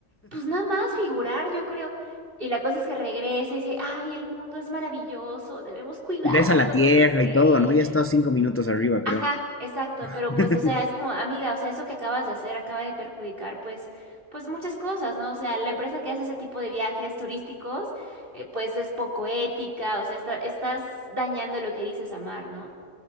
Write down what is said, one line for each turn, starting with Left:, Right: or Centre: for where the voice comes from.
Right: Pues nada más figurar, yo creo. Y la cosa es que regresa y dice, ay, el mundo es maravilloso, debemos cuidarlo,
Left: Y Ves a la tierra
Right: no sé qué.
Left: y todo, ¿no? Ya estado cinco minutos arriba, creo.
Right: Ajá, exacto, pero
Left: <laughs>
Right: pues, o sea, es como, amiga, o sea, eso que acabas de hacer acaba de perjudicar, pues, pues muchas cosas, ¿no? O sea, la empresa que hace ese tipo de viajes turísticos, eh, pues es poco ética, o sea, está- estás dañando lo que dices amar, ¿no?